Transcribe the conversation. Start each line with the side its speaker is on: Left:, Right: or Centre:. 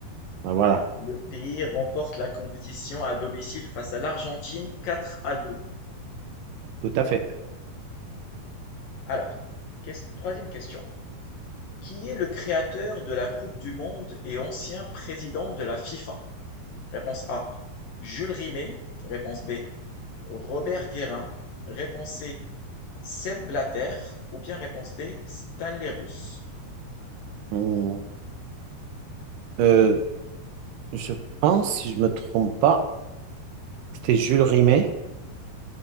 Right: Ah, Voilà,
Left: Le pays remporte la compétition à domicile face à l'Argentine 4 à 2.
Right: tout à fait.
Left: Alors, ques- troisième question. Qui est le créateur de la Coupe du monde et ancien président de la FIFA? Réponse A. Jules Rimet. Réponse B. Robert Guérin. Réponse C. Seb Blatter. Ou bien réponse D. Stanley Rousse.
Right: Hum. Euh, je pense, si je me trompe pas, c'était Jules Rimet.